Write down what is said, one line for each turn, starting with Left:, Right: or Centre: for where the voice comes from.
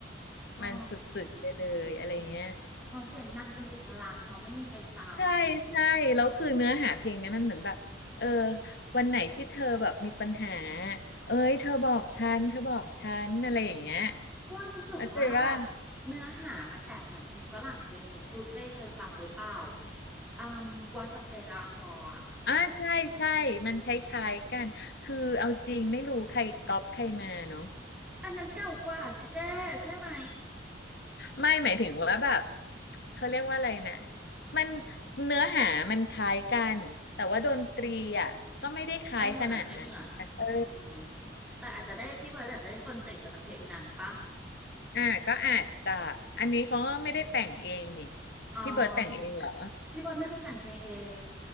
Centre: อ๋อ
Left: มันสุดๆไปเลยอะไรเงี้ย
Centre: อ๋อเสียงนางเป็นเอกลักษณ์เนาะไม่มีใครซ้
Left: ใช่ใช่แล้วคือเนื้อหาเพลงเนี้ยมันเหมือนแบบเออวันไหนที่เธอแบบมีปัญหาเอ้ยเธอบอกฉันเธอบอกฉันอะไรอย่างเงี้ย
Centre: ำอ้วนรู้สึกว่าแบบเนื้อหามันแอบเหมือนเพลงฝรั่งเพลงหนึ่งไม่รู้เจ๊เคยฟังหรือเปล่า
Left: เข้าใจว่า
Centre: อืม What a Friend Are For อะ
Left: อ่าใช่ใช่มันคล้ายๆกันคือเอาจริงไม่รู้ใครก๊อปใครมาเนาะ
Centre: อันนั้นเก่ากว่าสิเจ๊ใช่ไหม
Left: ไม่หมายถึงว่าแบบเขาเรียกว่าอะไรนะมันเนื้อหามันคล้ายกันแต่ว่าดนตรีอ่ะก็ไม่ได้คล้ายขนาดนั้นเออ
Centre: ไม่เหมือนไม่เหมือน อืมแต่อาจจะได้พี่เบิร์ดอาจจะได้คอนเซปต์มาจากเพลงนั้นปะ
Left: อ่าก็อาจจะอันนี้เขาก็ไม่ได้แต่งเองนี่
Centre: อ๋อ
Left: พี่เบิร์ดแต่งเองเหรอ
Centre: พี่เบิร์ดไม่เคยแต่งเพลงเอง